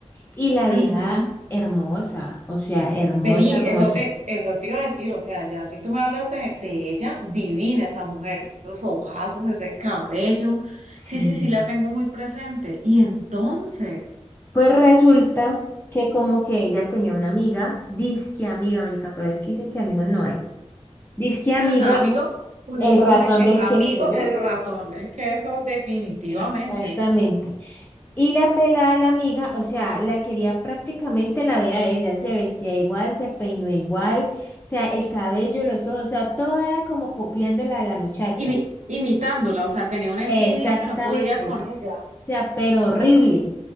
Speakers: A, on the left; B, on the right.
A: y la
B: Ujú.
A: vieja hermosa, o sea, hermosa,
B: Vení,
A: hermosa.
B: eso te, eso te iba a decir, o sea, ya si tú me hablas de, de ella, divina esa mujer, esos ojazos, ese cabello,
A: Sí.
B: sí, sí, sí la tengo muy presente. Y entonces,
A: Pues resulta que como que ella tenía una amiga, disque amiga, marica, pero es que dicen que amigos no hay. Disque amiga,
B: mm, amigo, por
A: el
B: eso
A: ratón
B: dicen que
A: del
B: amigo
A: queso, ¿yo?
B: el ratón del queso, definitivamente,
A: <laughs> Exactamente. Y la pelada, la amiga, o sea, la quería prácticamente en la vida de ella. Se vestía igual, se peinó igual, o sea, el cabello, los ojos, o sea, todo era como copiándola a la muchacha.
B: Y vi imitándola, o sea, tenía una
A: Exactamente
B: envidia que no podía con ella,
A: sea, pero horrible.